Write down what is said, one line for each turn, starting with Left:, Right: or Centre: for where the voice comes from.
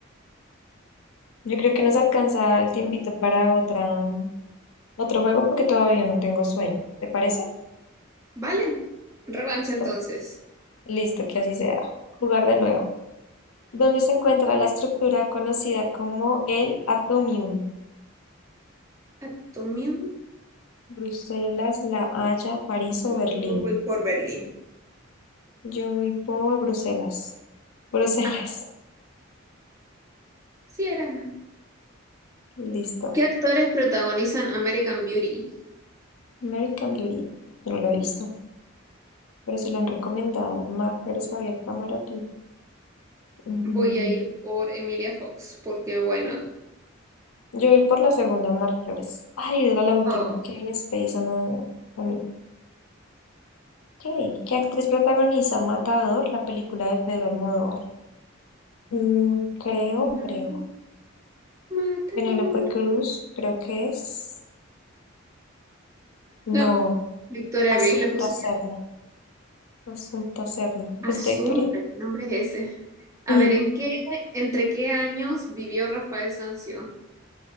Left: Yo creo que nos alcanza el tiempito para otra, otro juego porque todavía no tengo sueño. ¿Te parece?
Right: Vale, revancha
Left: Listo.
Right: entonces.
Left: Listo, que así sea. Jugar de nuevo. ¿Dónde se encuentra la estructura conocida como el Atomium?
Right: Atomium,
Left: Bruselas, La Haya, París o
Right: luego
Left: Berlín.
Right: voy por Berlín.
Left: Yo voy por Bruselas. Bruselas.
Right: Ah, sí era.
Left: Listo.
Right: ¿Qué actores protagonizan American Beauty?
Left: American Beauty. Yo no lo he visto, pero sí lo han recomendado. Mark Pérez, Javier Cámara, Ujú.
Right: Voy a ir por Emilia Fox, porque why not?
Left: Yo ir por la segunda, Mar Flores. Ay, era la última.
Right: Oh.
Left: Kevin Spacey, Ana, Ana- ok. ¿Qué actriz protagoniza Matador, la película de Pedro Almodóvar? Mm, creo,
Right: Matador,
Left: creo.
Right: matador.
Left: Penélope Cruz, creo que es. No,
Right: No, Victoria
Left: Asunta
Right: Abril le puse
Left: Serna.
Right: yo.
Left: Asunta Serna.
Right: Asunta,
Left: ¿Pusiste Victoria?
Right: ¿qué nombre es ese? A
Left: Ujú.
Right: ver, ¿en qué, entre qué años vivió Rafael Sanzio?